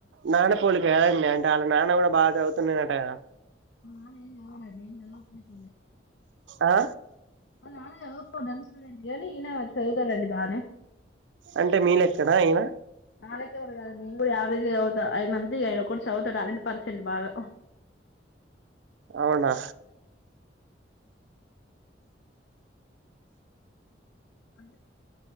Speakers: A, on the right (about 80°); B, on the left (about 75°).
A: నాన్న పోలిక అండి అంటే అలా నాన్న కూడా బాగా చదువుతున్నానట కదా
B: ఆ నేను చదవన నేన్ చదవ ఫస్ట్ ఉంది
A: ఆ
B: ఓ ననుసుడంది అనీ ఇనా చదుదారండి బానే
A: అంటే మీలెక్కనా అయినా
B: నాకవ కా నేను కూడా యావరేజ్ చదువుతా అయన మందికి అయన ఒకటి చదువుతా టాలెంటీ పర్సెంట్ బాగా
A: అవునా
B: అది